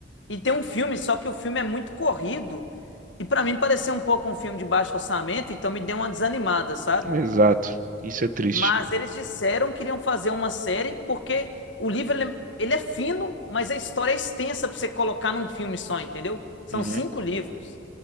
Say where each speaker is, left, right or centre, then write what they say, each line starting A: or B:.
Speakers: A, on the left; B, on the right.
A: E tem um filme, só que o filme é muito corrido. E pra mim pareceu um pouco um filme de baixo orçamento, então me deu uma desanimada, sabe?
B: Exato. Isso é triste.
A: Mas eles disseram que iriam fazer uma série porque o livro ele é, ele é fino, mas a história é extensa pra você colocar num filme só, entendeu? São
B: Uhum.
A: cinco livros.